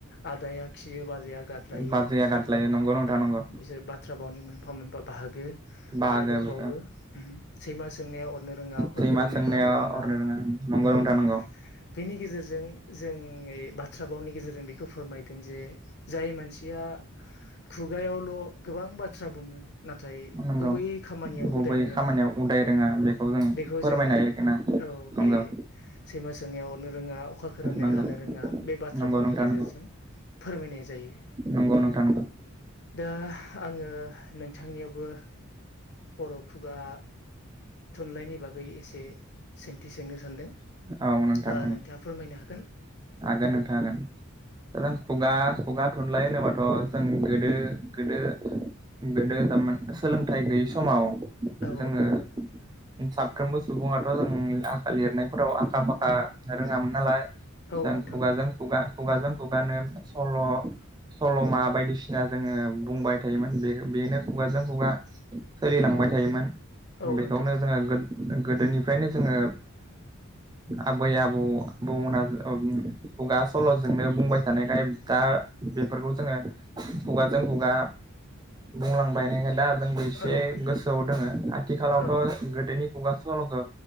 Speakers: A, on the left; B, on the right.
A: आदाया खियोबा बाजै जैया गलायो
B: बाजैया
A: बेफोर
B: गादलायो नंगौ नोंथां नंगौ
A: बिसोर बाथ्रा बावनि मोनफा मोनफा बाहागो
B: बाहागो
A: आरो दंबावो उम सैमा सोंनाया अरनो रोङा अखा
B: सैमा
A: खोरोमनाया
B: सोंनाया
A: हानो रोङा
B: अरनो नंगौ
A: ओ
B: नोंथां नंगौ
A: बेनि गेजेरजों जों बाथ्रा बावनि गेजेरजों बेखौ फोरमायदों जे जाय मानसिया खु खुगायावल' गोबां बाथ्रा बुङो नाथाय
B: नंगौ
A: गुबै खामानियाव
B: गुबै
A: उदायनो
B: खामानियाव
A: रोङा
B: उदाय रोङा
A: ओ
B: बेखौ जों
A: बेखौ
B: फोरमायनो
A: जोङो
B: हायो आरोना
A: औ
B: नंगौ
A: बे सैमा सैनायाव अरनो रोङा अखा खो खोरोमनाया
B: नंगौ
A: हानोरोंहानो रोङा बे बाथ्रा
B: नंगौ
A: भावनि
B: नोंथां
A: गेजेरजों
B: नंगौ
A: फोरमायनाय जायो।
B: नंगौ नोंथां नंगौ
A: दा आङो नोंथांनियावबो बर' खुगा थुनलाइनि बागै एसे सोंथि सोंनो सानदों
B: औ नोंथां
A: ओ नोंथाङा फोरमायनो हागोन
B: हागोन नोंथां हागोन दां खुगा खुगा थुनलाय होनोबाथ' जों गोदो गोदो गोदोरमान सोलोंथाइ गैयि समाव
A: औ
B: जोङो साफ्रोमबो सुबुङाथ' जों आखा लिरनायफोराव आखा फाखा रोङामोन नालाय
A: औ
B: जों
A: नोंथां
B: खुगाजों खुगा खुगाजों खुगानो सल' सल'मा बायदिसिना जोङो बुंबाय थायोमोन बे बेनो खुगाजों खुगा सोलिलां लांबाय थायोमोन
A: औ
B: बेखौनो
A: नोंथां औ
B: जोङो गोदोनिफ्रायनो जोङो आबै आबौ आबौमोनहा खुगा सल'जोंनो बुंबाय थानायखाय दा बेफोरखौ जोङो खुगाजों खुगा बुंलांबायनायखाय दा जोंबो एसे
A: औ नोंथां
B: गोसोआव दोङो आथिखालावथ'
A: औ औ
B: गोदोनि खुगा सलखो